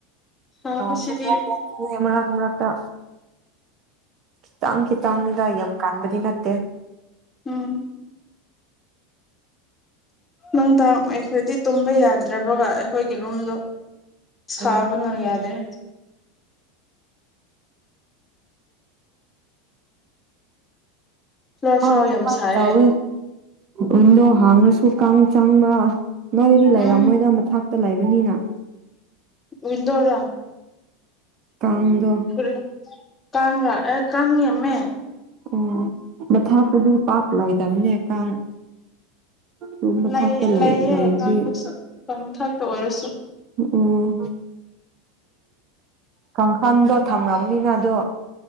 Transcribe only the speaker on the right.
ꯅꯣꯡꯁꯨ ꯈꯔꯥꯛ ꯈꯔꯥꯛ ꯆꯨꯢꯋꯦ ꯃꯔꯛ ꯃꯔꯛꯇ ꯈꯤꯇꯪ ꯈꯤꯇꯪꯅꯤꯗ ꯌꯥꯝ ꯀꯥꯟꯕꯗꯤ ꯅꯠꯇꯦ
ꯎꯝ
ꯍꯣꯏ
ꯑꯗꯨꯃꯥꯏꯅ
ꯇꯧꯋꯦ ꯋꯤꯟꯗꯣ ꯍꯥꯡꯉꯁꯨ ꯀꯥꯡ ꯆꯥꯡꯕ ꯅꯣꯏꯗꯤ
ꯂꯩꯔꯝꯃꯣꯏꯗ ꯃꯊꯥꯛꯇ ꯂꯩꯕꯅꯤꯅ
ꯀꯥꯡꯗꯣ
ꯎꯝ ꯃꯊꯛꯇꯗꯤ ꯄꯥꯛ ꯂꯩꯇꯕꯅꯦ ꯀꯥꯡ ꯔꯨꯝ ꯃꯊꯛꯇ
ꯂꯩꯔꯗꯤ
ꯎꯝ ꯑꯝ ꯀꯥꯡꯈꯥꯟꯗꯣ ꯊꯝꯔꯝꯅꯤꯅ ꯑꯗꯨ